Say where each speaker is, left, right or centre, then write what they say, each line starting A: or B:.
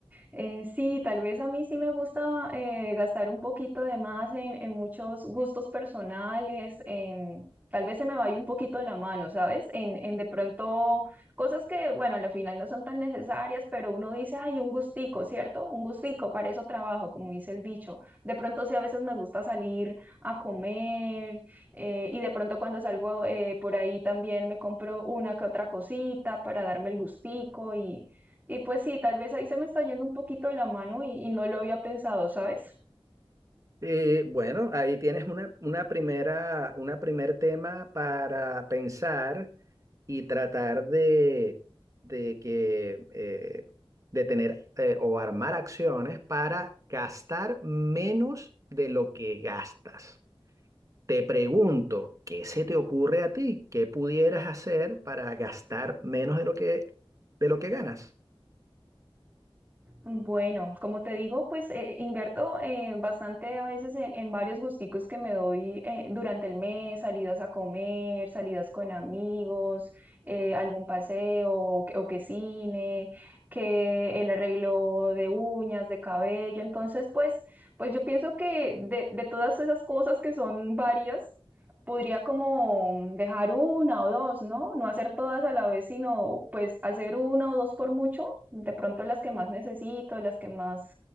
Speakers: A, on the right; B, on the right.
A: Eh, sí, tal vez a mí sí me gusta eh, gastar un poquito de más en, en muchos gustos personales, en- tal vez se me vaya un poquito la mano, ¿sabes? En, en de pronto cosas que, bueno, al final no son tan necesarias, pero uno dice, ay, un gustico, ¿cierto? Un gustico, para eso trabajo, como dice el dicho. De pronto sí, a veces me gusta salir a comer eh, y de pronto cuando salgo eh, por ahí también me compro una que otra cosita para darme el gustico y y pues sí, tal vez ahí se me está yendo un poquito de la mano y, y no lo había pensado, ¿sabes?
B: Eh, bueno, ahí tienes una, una primera, una primer tema para pensar y tratar de, de que, eh, de tener eh, o armar acciones para gastar menos de lo que gastas. Te pregunto, ¿qué se te ocurre a ti? ¿Qué pudieras hacer para gastar menos de lo que, de lo que ganas?
A: Bueno, como te digo, pues eh, invierto eh, bastante a veces en, en varios gusticos que me doy eh, durante el mes, salidas a comer, salidas con amigos, eh, algún paseo o, que o que cine, que el arreglo de uñas, de cabello. Entonces, pues, pues yo pienso que de, de todas esas cosas que son varias, podría como dejar una o dos, ¿no? No hacer todas a la vez, sino pues hacer una o dos por mucho, de pronto las que más necesito, las que más